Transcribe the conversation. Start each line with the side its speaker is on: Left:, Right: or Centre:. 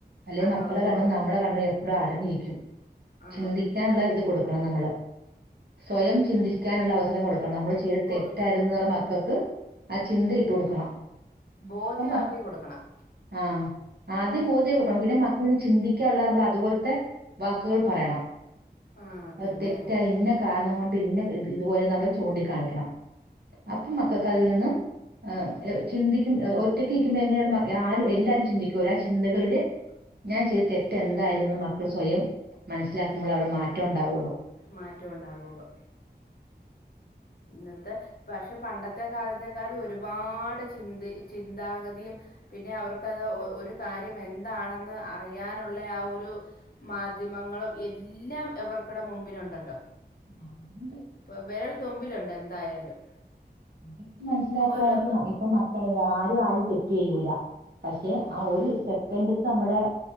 Right: അല്ലെ
Left: കണ്ണോർക്കോളൂ
Right: മക്കളുടെ കണ്ണും നമ്മളുടെ കണ്ണും എപ്പോഴും അടഞ്ഞിരിക്കും
Left: ആ
Right: ചിന്തിക്കാനുള്ള ഇത് കൊടുക്കും നമ്മള് സ്വയം ചിന്തിക്കാനുള്ള അവസരം കൊടുക്ക നമ്മള് ചെയ്ത്
Left: കൊടുക്കണം
Right: തെറ്റായിരുന്നുള്ള മക്കൾക്ക് ചിന്തയിട്ട് കൊടുക്കണം
Left: ബോധ്യമാക്കി
Right: അപ്പൊ
Left: കൊടുക്കണം
Right: ആഹ് ആദ്യം ബോധ്യം കൊടുക്കണം പിന്നെ മക്കള് നിന്ന് ചിന്തിക്കാനുള്ള നമ്മൾ അതുപോലത്തെ വാക്കുകൾ പറയണം
Left: ആ അത്
Right: അത്
Left: തന്നെ
Right: തെറ്റാ ഇന്ന കാരണം കൊണ്ട് ഇന്ന ഇതുപോലെ നമ്മള് ചൂണ്ടിക്കാണിക്കണം അപ്പൊ മക്കൾക്ക് അതിൽ നിന്നും ആഹ് ചിന്തിക്കും ഒറ്റക്ക് നിക്കുമ്പോ എങ്ങനെയായാലുംആരും എല്ലാരും ചിന്തിക്കും ആ ചിന്തകളില് ഞാൻ ചെയ്ത തെറ്റ് എന്തായിരുന്നുന്ന് മക്കൾ സ്വയം മനസ്സിലാക്കുമ്പോൾ അവിടെ മാറ്റം ഉണ്ടാവുള്ളൂ
Left: മാറ്റം ഉണ്ടാവുള്ളു ഇന്നത്തെ പക്ഷെ പണ്ടത്തെ കാലത്തേക്കാളും ഒരുപാട് ചിന്ത ചിന്താഗതിയും പിന്നെ അവർക്ക്ത് ഒരു കാര്യം എന്താണെന്ന് അറിയാനുള്ള ആ ഒരു മാധ്യ മാധ്യമങ്ങളും എല്ലാം അവർക്കടെ മുമ്പിലുണ്ടല്ലോ
Right: ആഹ് ഉണ്ട്
Left: ഇപ്പോൾ വിരൽ തുമ്പിലുണ്ട് എന്തായാലും
Right: അതൊക്കെ മനസ്സിലാക്കുവാെണങ്കിൽ
Left: ഒരു
Right: ഇപ്പം മക്കള് ആരും ആരും തെറ്റ് ചെയ്യൂല പക്ഷെ ആ ഒരു സെക്കൻ്റത്തെ നമ്മുടെ